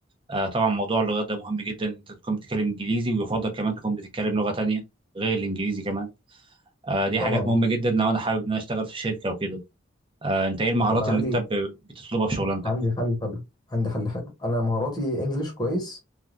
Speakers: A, on the right; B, on the left.
A: آه طبعا موضوع اللغات ده مهم جدا انت تكون بتتكلم انجليزي ويفضل كمان تكون بتتكلم لغه تانية غير الانجليزي كمان آه دي
B: طبعا
A: حاجات مهمه جدا لو انا حابب ان انا اشتغل في شركه وكده آه انت ايه المهارات
B: طبعا
A: اللي
B: عندي
A: انت ب- بتطلبها في شغلانتك؟
B: عندي حل حلو عندي حل حلو انا مهاراتي انجليش كويس